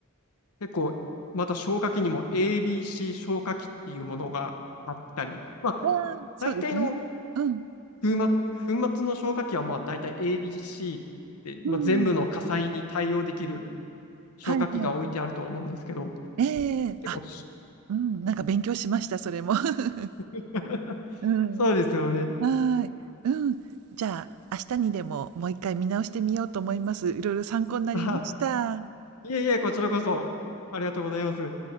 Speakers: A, on the left; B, on the right.
A: 結構、また消火器にも ABC 消火器っていうものがあったり、まあ、
B: ああ、そうですね。
A: 大体の
B: うん、
A: 粉末、粉末の消火器はまあ大体 ABC って、まあ、
B: うんうん。
A: 全部の火災に対応できる消火器が置いてあると思うんですけど、
B: はいはい。ええあ、
A: 結構
B: うん、なんか勉強しました、それも。<laughs>
A: <laughs>
B: うん。
A: そうですよね。<laughs>
B: はい。うん。じゃあ、明日にでももう1回見直してみようと思います。いろいろ参考になりました。
A: あいえいえ、こちらこそ、ありがとうございます。